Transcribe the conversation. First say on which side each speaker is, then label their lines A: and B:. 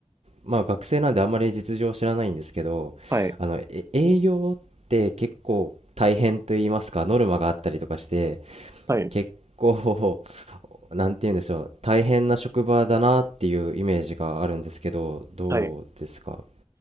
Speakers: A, on the right (about 70°); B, on the right (about 25°).
A: まあ学生なんであんまり実情を知らないんですけどあのえ営業って結構大変と言いますかノルマがあったりとかして
B: はい、はい、
A: 結構 <laughs> なんて言うんでしょう大変な職場だなっていうイメージがあるんですけどどうですか
B: はい。